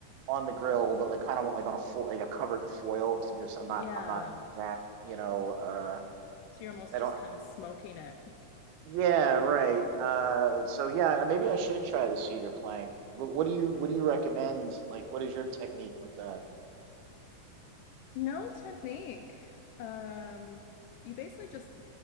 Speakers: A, on the right (about 75°); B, on the left (about 85°).
A: on the grill, but like kind of like on a fo- like a covered foil. 'cause I'm just I'm
B: Yeah.
A: not I'm not that you know uh
B: So you're almost
A: I
B: just
A: don't
B: kind of smoking it.
A: yeah right uh so yeah maybe I should try the cedar plank. But what do you what do you recommend? Like what is your technique with that?
B: No technique. Um, you basically just